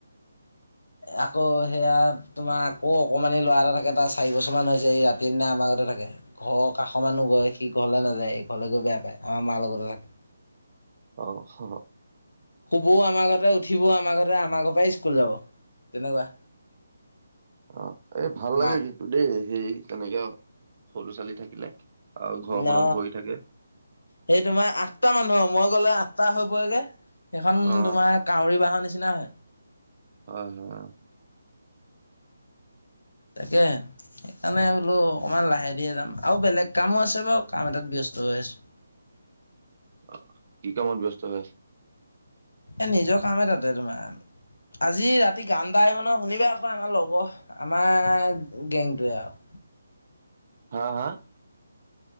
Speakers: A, on the left (about 85°); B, on the right (about 45°).
A: আকৌ সেয়া তোমাৰ আকৌ অকমানি ল'ৰা এটা থাকে, তাৰ চাৰি বছৰমানান হৈছে এই ৰাতি দিনা আমাৰ। থাকে ঘৰ। কাষৰ মানুহ গৈ সি ঘৰলৈ নাযায়, সি ঘৰলৈ গৈ বেয়া পায় আমাৰ মাৰ লগতে থাকে।
B: অ হব।
A: শুবও আমাৰ ঘতে, উঠিবও আমাৰ ঘতে, আমাৰ ঘৰ পৰাই স্কুল যাব তেনেকুৱা।
B: অ এ ভাল লাগে
A: মা
B: কিন্তু দেই সেই তেনেকে সৰু ছোৱালী থাকিলে। আৰু ঘৰখনত
A: ন
B: ভৰি থাকে।
A: সেই তোমাৰ আঠটা মানুহ। মই গ'লে আঠটা হৈ পৰে যে, সেইখানে
B: অ',
A: তোমাৰ কাউৰী বাহৰ নিচিনা হয়।
B: হয়, হয়,
A: তাকে। সেইকাৰণে বোলো অকণমান লাহে ধীৰে যাম। আৰু বেলেগ কামো আছে যে, কাম এটাত ব্যস্ত হৈ আছো।
B: অহ কি কামত ব্যস্ত হৈ আছা?
A: এ নিজৰ কামে তাতে তোমাৰ। আজি ৰাতি গান গাই মানে শুনিবা আকৌ আমাৰ লগৰ আমাৰ গেংটোৱে আৰু।
B: উ <unintelligible> হা হা?